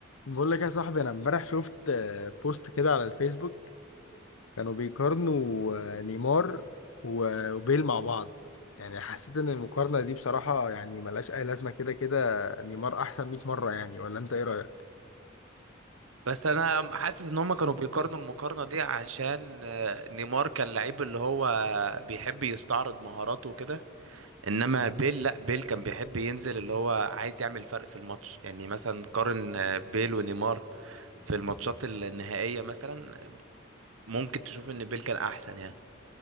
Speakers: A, on the left; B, on the right.
A: بقول لك يا صاحبي انا امبارح شفت آه، بوست كده على الفيسبوك كانوا بيقارنوا آه، نيمار و- وبيل مع بعض يعني حسيت ان المقارنة دي بصراحة يعني ملهاش اي لازمة كده كده نيمار احسن 100 مرة يعني ولا انت ايه رأيك
B: بس انا حاسس ان هم كانوا بيقارنوا المقارنه دي عشان آه، نيمار كان لعيب اللي هو بيحب يستعرض مهاراته وكده انما بيل لا بيل كان بيحب ينزل اللي هو عايز يعمل فرق في الماتش يعني مثلا قارن آه، بيل ونيمار في الماتشات النهائيه مثلا ممكن تشوف ان بيل كان احسن يعني